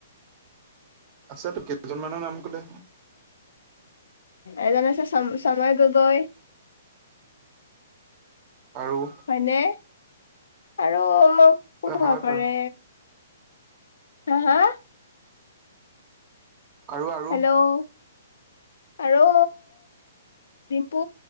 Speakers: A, on the right (about 35°); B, on the left (about 75°).
A: আছে তোৰ কেইজন মানৰ নাম কৈদে।
B: এজন আছে চ চময় গগৈ
A: আৰু?
B: হয়নে? আৰু কোন
A: হয়
B: হ'ব
A: বাৰু
B: পাৰে? হা? হা?
A: আৰু আৰু
B: হেল্ল' আৰু ডিম্পু